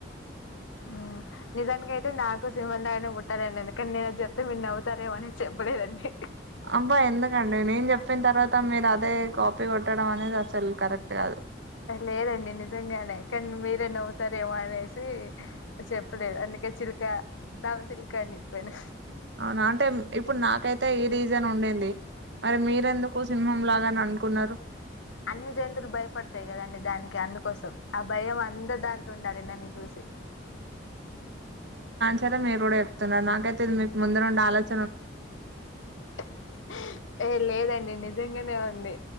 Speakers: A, on the left; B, on the right.
A: అ నిజాకాన్ అయితే నాకు సిమన్లాడిని పుట్టాలండి ఎందుకనిేను చెప్తే మీరు నవవుతారేమోనే చెప్పలేదండి
B: అబ్బా ఎందుకండి నేను చెప్పిన తర్వాత మీరు అదే కాపీ కొట్టడం అనేది అసలు కరెక్ట్ే అదు
A: లేదండి నిజంగానే కానీ మీరే నవుతారేమో అనేసి చెప్పలేదు అందుకే చిలు య <unintelligible> అని ఇప్పను
B: అవునా అంటే ఇప్పుడు నాకైతే ఏ రీజన్ ఉండింది మరి మీరెందుకు సింహంలాగాని అనుకున్నారు
A: అన్ని జంతువులు భయపడతాయి కదండి దానికి అందుకోసం ఆ భయం అంద దాంట్లో ఉండాలని నన్ను చూసి
B: సరె మీరు కూడా చెప్తున్నారు నాకైతే ఇది మీకు ముందు నుండి ఆలోచ
A: <inaudible> ఏ లేదండి నిజం నిజంగానే ఉంది